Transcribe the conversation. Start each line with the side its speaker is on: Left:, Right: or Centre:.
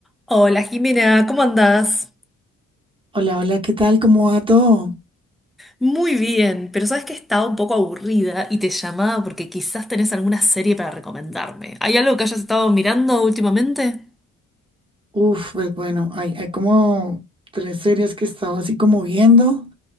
Centre: Hola Jimena, ¿cómo andás?
Right: Hola, hola, ¿qué tal? ¿Cómo va todo?
Centre: Muy bien, pero sabes que estaba un poco aburrida y te llamaba porque quizás tenés alguna serie para recomendarme. ¿Hay algo que hayas estado mirando últimamente?
Right: Uf, pues bueno, hay, hay como tres series que he estado así como viendo.